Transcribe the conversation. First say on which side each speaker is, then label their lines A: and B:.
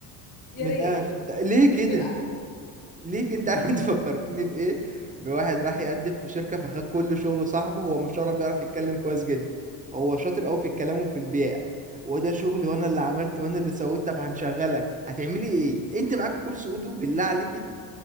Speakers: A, on the left; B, on the right.
A: يا
B: من
A: ريت
B: الاخر طب ليه كده
A: ب...
B: ليه كده؟ انت عارف انت فكرتني بايه بواحد راح يقدم في شركه فخد كل شغله صاحبه هو مش عارف بيعرف يتكلم كويس جدا هو شاطر قوي في الكلام وفي البيع وده شغلي وانا اللي عملت وانا اللي سويت طب هنشغلك هتعملي ايه انت معاك الكورس اودو بالله عليكي